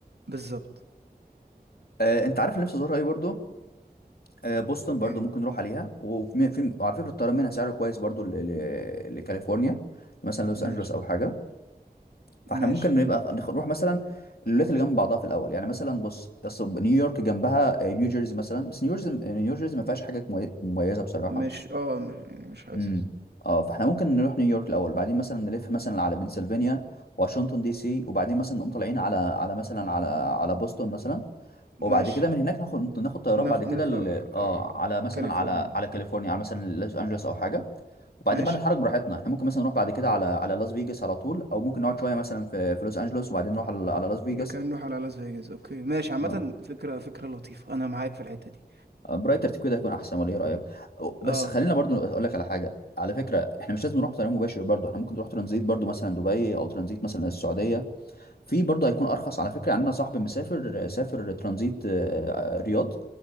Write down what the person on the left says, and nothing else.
آه انت عارف اللي نفسي ازورها ايه برضو آه بوسطن برضو
ممكن نروح عليها وفي في وعلى فكره الطيران منها سعره كويس برضو ل... ل... لكاليفورنيا مثلا لوس
انجلوس او حاجه فاحنا
ممكن نبقى نخ- نروح مثلا الولايات اللي جنب بعضها في الاول يعني مثلا بص أصل نيويورك جنبها آه، نيوجيرسي مثلا بس نيوجيرسي نيوجيرسي ما فيهاش حاجه ممي- مميزه بصراحه
امم اه فاحنا ممكن نروح نيويورك الاول بعدين مثلا نلف مثلا على بنسلفانيا واشنطن دي سي وبعدين مثلا نقوم طالعين على على مثلا على على بوسطن مثلا وبعد
كده من هناك ناخد ناخد طيران
بعد
كده ل... اه
على مثلا
على على كاليفورنيا على مثلا لوس انجلوس او حاجه وبعدين
بقى نتحرك براحتنا احنا ممكن مثلا نروح بعد كده على على لاس فيجاس على طول او ممكن نقعد شويه مثلا في في لوس انجلوس وبعدين نروح على, على لاس فيجاس
اه
براي ترتيب كده هيكون احسن ولا ايه رايك أو- بس
خلينا برضو اقول لك على حاجه على فكره احنا مش لازم نروح طيران مباشر برضو احنا ممكن نروح ترانزيت برضو مثلا دبي او ترانزيت مثلا السعوديه في برضو هيكون ارخص على فكره عندنا صاحب مسافر سافر ترانزيت آه، آه، رياض